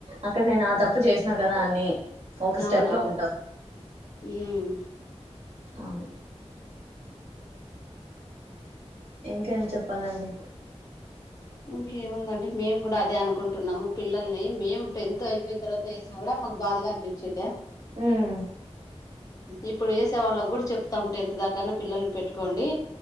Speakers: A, on the right; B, on the left.
A: అక్కడ నేను ఆ తప్ తప్పు చేసినా కదా అన్ని ఒక స్టెప్
B: అవునవును
A: లో ఉంటాం
B: ఉమ్
A: అవును ఇంకేం చెప్పాలండి
B: ఇంకేముందండి మేము కూడా అదే అనుకుంటున్నాము పిల్లల్ని మేము టెన్త్ అయిపోయిన తర్వాత వేసిన కూడా మాకు బాధగా అనిపించిండి
A: ఉమ్.
B: ఇప్పుడు వేసే వాళ్ళకి కూడా చెప్తాం టెన్త్ దాకాన్నా పిల్లల్ని పెట్టుకోండి